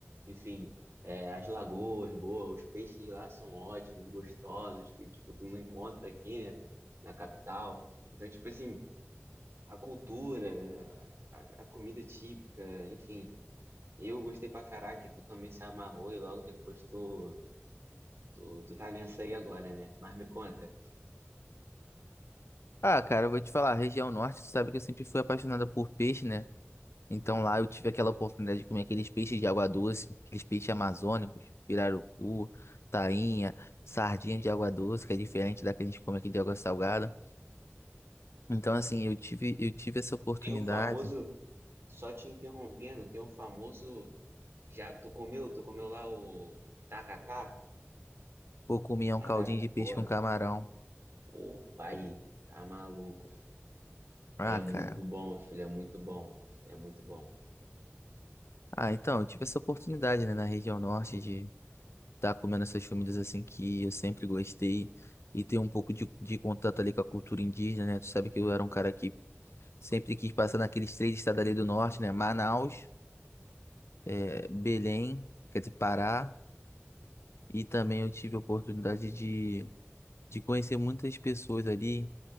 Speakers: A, on the right; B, on the left.
A: enfim, é, as lagoas boas, os peixes lá são ótimos, gostosos, que tipo tu não encontra aqui, né, na capital. Então, tipo assim, a cultura, a, a comida típica, enfim, eu gostei pra caraca, e tu também se amarrou e logo depois tu tu, tu tá nessa aí agora, né? Mas me conta,
B: Ah, cara, eu vou te falar, a região norte, tu sabe que eu sempre fui apaixonado por peixe, né? Então lá eu tive aquela oportunidade de comer aqueles peixes de água doce, aqueles peixes amazônicos, pirarucu, tainha, sardinha de água doce, que é diferente da que a gente come aqui de água salgada. Então assim, eu tive, eu tive essa oportunidade,
A: tem o famoso, só te interrompendo, tem o famoso já tu comeu, tu comeu lá o tacacá?
B: ou comia
A: Tacacá,
B: um caldinho de peixe
A: pô,
B: com camarão.
A: Pô, aí, tá maluco, filho.
B: Ah,
A: É muito
B: cara.
A: bom, filho, é muito bom. É muito bom.
B: Ah, então, eu tive essa oportunidade, né, na região norte de estar comendo essas comidas assim que eu sempre gostei e ter um pouco de, de contato ali com a cultura indígena, né? Tu sabe que eu era um cara que sempre quis passar naqueles três estados ali do norte, né? Manaus, eh, Belém, quer dizer, Pará, e também eu tive a oportunidade de, de conhecer muitas pessoas ali,